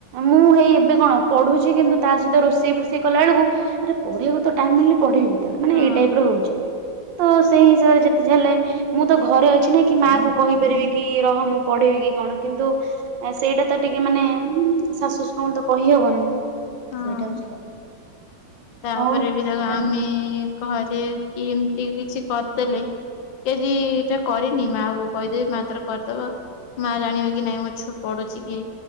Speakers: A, on the right; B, on the left.
A: ମୁଁ ହେଇ ଏବେ କଣ ପଢୁଛି କିନ୍ତୁ ତା ସହିତ ରୋଷେଇ ଫୋଷେଇ କଲା ବେଳକୁ ଆରେ ପଢ଼ିବାକୁ ତ ଟାଇମ ମିଲୁକନି ପଢିବି କେତେବେଳେ ମାନେ
B: ହଁ।
A: ଏଇ ଟାଇପର ହୋଉଛି। ତ ସେଇ ହିସାବରେ ଯେତେ ଯାହେଲେ ମୁଁ ତ ଘରେ ଅଛି ନା କି ମା କୁ କହିପାରିବି କି ରହ ମୁଁ ପଢେଇବି କି କଣ କିନ୍ତୁ ଆ ସେଇଟା ତ ଟିକେ ମାନେ ଶାଶୁ ଶଶୁରଙ୍କୁ ତ କହିହବନି।
B: ହଁ
A: ସେଇଟା ହୋଉଛି କଥା।
B: ତାପରେ
A: ହଉ
B: ବି ତାକୁ
A: ତାହେଲେ
B: ଆମେ ଘରେ କି ଏମିତି କିଛି କରିଦେଲେ କେଜିି ଏଟା କରିନି ମା କୁ କହିଦେବି ମା ତାର କରିଦବ। ମା ଜାଣିବେ କି ନାଇ ମୋ ଛୁଆ ପଡୁଛି କି